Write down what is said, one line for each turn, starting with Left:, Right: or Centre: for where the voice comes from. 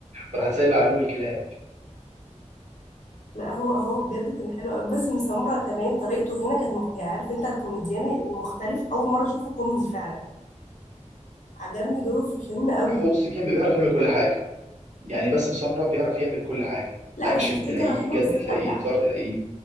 Right: راح سايب عليهم الكلاب
Left: لا هو هو بجد كان حلو قوي باسم سمرة كمان طريقته هنا كانت مخ... يعني عارف انت الكوميديان المختلف اول مره اشوفه كوميدي فعلا عجبني دوره في الفيلم قوي
Right: لا هو بص بيعمل بيعرف يعمل كل حاجه يعني باسم سمره بيعرف يعمل كل حاجه
Left: لا
Right: اكشن
Left: بس فتيته
Right: تلاقيه
Left: رهيبه
Right: جد
Left: بالذات
Right: تلاقيه
Left: ابدع
Right: هزار تلاقيه